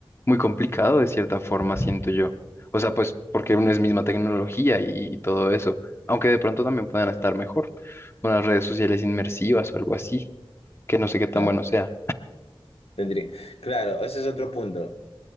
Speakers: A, on the left (about 25°); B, on the left (about 85°).
A: muy complicado de cierta forma, siento yo. O sea, pues porque no es misma tecnología y, y todo eso, aunque de pronto también puedan estar mejor, unas redes sociales inmersivas o algo así, que no sé qué tan
B: claro,
A: bueno sea.
B: tendría, claro, ese es otro punto.